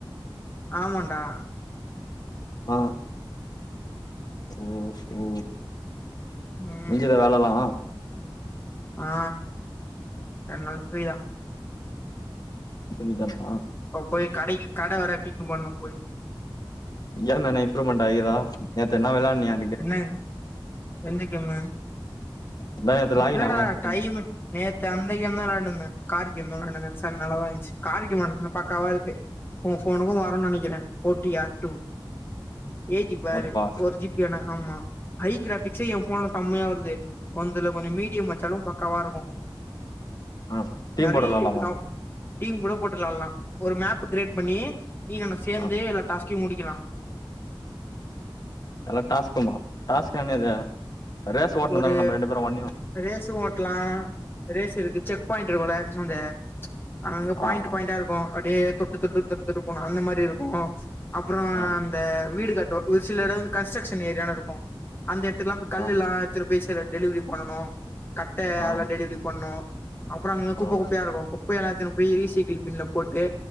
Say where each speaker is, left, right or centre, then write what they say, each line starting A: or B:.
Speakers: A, on the left; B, on the left.
A: ஆமான்டா
B: அ ஒ ஓ
A: ம்
B: முஞ்சிதா வேலலா
A: ஆ ரெண் நாள் ஃப்ரீஅ
B: சனிதான
A: ஓ போய் கடைக்கு கட வற பிக் பண்ணுபோய்
B: கேம்மேன இம்ப்ரூவ்மெண்ட் ஆய்குதா நேத்து எத்னா வெளாண்ணியா
A: என்ன எந்த கேம்மு
B: அதா நேத்து லாகின்
A: இல்லடா
B: ஆகல சொல்லி
A: டைம்மு நேற்று அந்த கேம் தா வெளான்னுந்த கார்கேம் <unintelligible> நல்லாதா இன்ச்சு காரு கேம் <unintelligible> பாக் க்காவா இருக்குஒ ஃபோனுக்கு வரு நனைக்கிற ஒ டி ஆப் டு ஏத்தி பாரு
B: அப்பா
A: ஒரு ஜி பி அனா ஆமா ஹை கிராஃபிக்ஸே எ ஃபோன்ல செம்மையா வருது ஒந்துல கொஞ்ச மீடியம் வச்சாலு பக்காவா இருக்கு
B: ஆ டீம்
A: நெறைய
B: போட்டு வெளாட்லாமா
A: டீம் கூட போட்டு விளால்லா ஒரு மேப்பு கிரியேட் பண்ணி நீ ந சேந்து
B: ஆ
A: எல்லா டாஸ்கையு முடிக்கலா
B: எல்லா டாஸ்குமா டாஸ்க்னா என்னதே ரேஸ் ஓட்னு
A: ஒரு
B: தான நம்ம ரெண்டு பேரு ஒன்னியு
A: ரேஸு ஓட்லா ரேஸ் இருக்கு செக் பாய்ண்ட் இருக்குல்ல இத்னூன்டு அங்க பாயிண்ட்
B: ஆ ஆ
A: பாயிண்டா இருக்கு அப்டியே தொட்டு தொட்டு தொட்டு தொட்டு போனு அந்த மாரி இருக்கு அப்றோ
B: ஆ
A: அந்த வீடு கட்டுவ ஒரு சில இடோ வந்து கன்ஸ்ட்ரக்ஷன் ஏரியானு இருக்கு அந்த எட்த்துகுலா போய் கல்லுலா
B: ஆ
A: எத்துனு போய் செரிய டெலிவரி பண்ணனு கட்ட
B: ஆ
A: அதல டெலிவரி பண்ணோ அப்றோ அங்கங்க குப்ப
B: ஆ
A: குப்பயா இருக்கு குப்ப எல்லா எத்துனு போய் ரிசைக்கிள் பின்ல போட்டு